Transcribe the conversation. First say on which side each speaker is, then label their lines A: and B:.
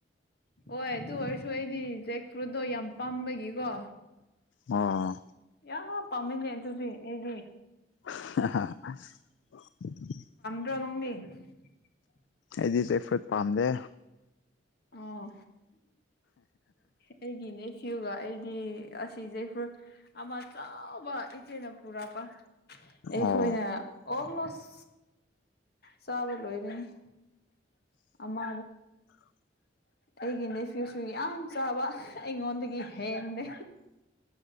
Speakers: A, on the left; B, on the left.
A: ꯍꯣꯏ ꯑꯗꯨ ꯑꯣꯏꯔꯁꯨ ꯑꯩꯗꯤ ꯖꯦꯛ ꯐ꯭ꯔꯨꯠꯇꯣ ꯌꯥꯝ ꯄꯥꯝꯕꯒꯤꯀꯣ
B: ꯑ
A: ꯌꯥ ꯄꯥꯝꯃꯤꯅꯦ ꯑꯗꯨꯗꯤ ꯑꯩꯒꯤ
B: <unintelligible>
A: <unintelligible>
B: ꯑꯩꯗꯤ ꯖꯦꯛ ꯐꯔ꯭ꯨꯠ ꯄꯥꯝꯗꯦ꯫
A: ꯑꯣ ꯑꯩꯒꯤꯅꯦ꯫ ꯁꯤꯒ ꯑꯩꯗꯤ ꯑꯁꯤ ꯖꯦꯛ ꯐꯔ꯭ꯨꯏꯠ ꯑꯃ ꯆꯥꯎꯕ ꯏꯆꯦꯅ ꯄꯨꯔꯛꯄ꯫ ꯑꯩꯈꯣꯏꯅ
B: ꯑꯣ
A: ꯑꯣꯜꯃꯣꯁ ꯆꯥꯕ ꯂꯣꯏꯔꯅꯤ ꯑꯃ
B: <inaudible>
A: ꯑꯩꯒꯤ ꯅꯦꯐ꯭ꯌꯨꯁꯨ ꯌꯥꯝ ꯆꯥꯕ ꯑꯩꯉꯣꯟꯗꯒꯤ ꯍꯦꯟꯗꯦ꯫